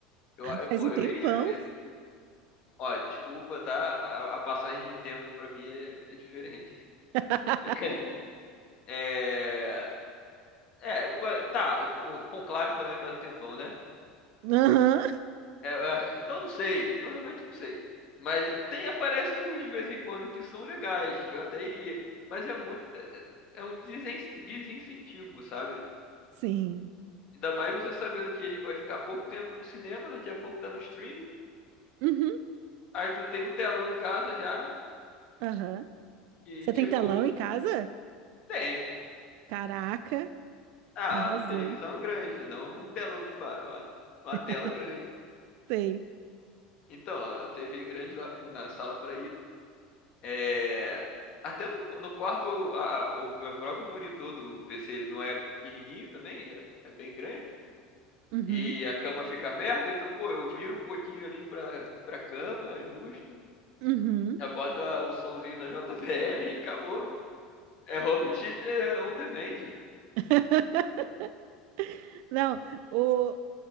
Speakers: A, on the left (about 35°); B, on the right (about 55°).
A: Eu,
B: Ah,
A: eu-
B: faz
A: pô,
B: um
A: eu
B: tempão.
A: iria ver. Ó, desculpa, tá? A, a passagem de tempo pra mim é, é diferente.
B: <laughs>
A: <laughs> É. É, o pa- tá, o, o Conclave também faz um tempão, né?
B: Aham,
A: É, é, então não sei, então realmente não sei. Mas tem, aparece uns de vez em quando que são legais, que eu até iria. Mas é muito, é, é é um desen- desincentivo, sabe?
B: sim.
A: Ainda mais você sabendo que ele vai ficar pouco tempo no cinema, daqui a pouco tá no streaming.
B: Uhum,
A: Aí tu tem um telão em casa já,
B: aham.
A: e
B: Você
A: tipo,
B: tem telão em casa?
A: tem, pô.
B: Caraca,
A: Ah,
B: arrasou.
A: televisão grande, não um telão de fato, uma, uma
B: <laughs>
A: tela grande.
B: Sei.
A: Então, a TV grande lá na sala para isso. É, Até no, no quarto, a- a- o próprio monitor do PC, ele não é pequenininho também, é, é bem grande.
B: Uhum,
A: E a cama fica perto, então, pô, eu viro um pouquinho ali pra, pra cama, justo.
B: uhum.
A: Já bota o sonzinho na <laughs> JBL e acabou. É home theater on demand,
B: <laughs> Não, o,